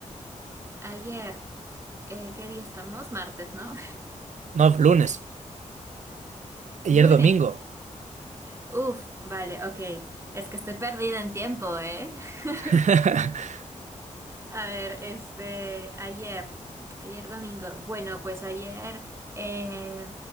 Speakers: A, on the right (about 20°); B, on the right (about 65°).
A: Ayer, eh, ¿qué día estamos? Martes, ¿no?
B: No, lunes, ayer
A: <laughs> Lunes.
B: domingo.
A: Uf, vale, ok. Es que estoy perdida en tiempo, ¿eh? <laughs>
B: <laughs>
A: A ver, este, ayer, ayer domingo. Bueno, pues ayer, eh,